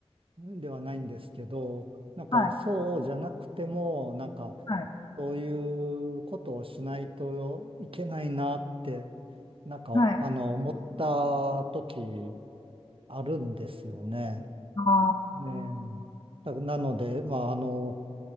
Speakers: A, on the right; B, on the left.
A: ではないんですけど、なんか、
B: はい、はい、
A: そうじゃなくても、なんか、
B: はい、
A: そういうことをしないといけないなって、なんか、
B: はい、
A: あの、思った時あるんですよね。
B: あ
A: ねえだなので、まあ、あの、